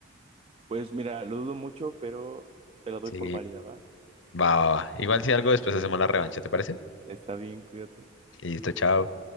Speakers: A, on the right (about 25°); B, on the left (about 65°).
A: Pues mira, lo dudo mucho, pero te la doy
B: Sí,
A: por válida, ¿va?
B: va, va, va. Igual si algo después hacemos la revancha, ¿te parece?
A: Está bien, cuídate.
B: Listo, chao.